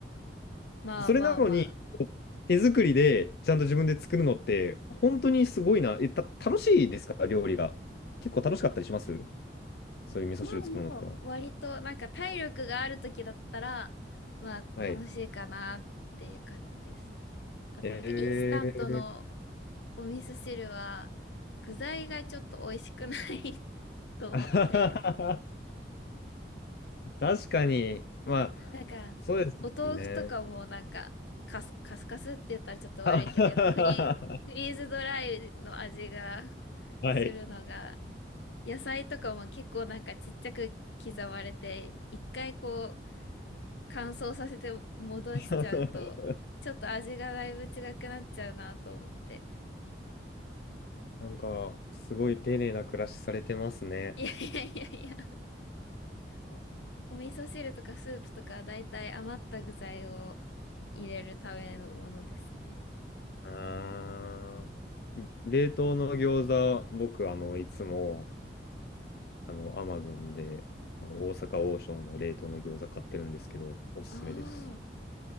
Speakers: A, on the left; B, on the left.
A: まあまあまあ。
B: それなのに、こう手作りでちゃんと自分で作るのって、本当にすごいな。え、た、楽しいですか料理が。結構楽しかったりしますそういう味噌汁作るのとか。
A: まあまあ、割となんか体力がある時だったら、まあ楽しいかなっていう感じです。
B: はい。
A: あとなんかインスタントの
B: ええ
A: お味噌汁は具材がちょっと美味しくない <laughs> と思って、
B: あははは <laughs> 確かに。まあ、
A: なんかお豆腐とかもなんかカス、
B: そうですもんね。
A: カスカスって言ったらちょっと悪いけど、
B: <laughs> あはは
A: やっぱフリ、フリーズドライの味が
B: ははい。
A: するのが、野菜とかも結構なんかちっちゃく刻まれて、一回こう乾燥させて戻しちゃうと、
B: <laughs>
A: ちょっと味がだいぶ違くなっちゃうなと思って。
B: なんか、すごい丁寧な暮らしされてますね。
A: いやいやいやいやお、お味噌汁とかスープとかだいたい余った具材を入れるためのものですね。
B: あー冷凍の餃子、僕、あの、いつも、あの、アマゾンで、あの、大阪王将の冷凍の餃子買ってるんですけど、おすすめです。
A: ああ、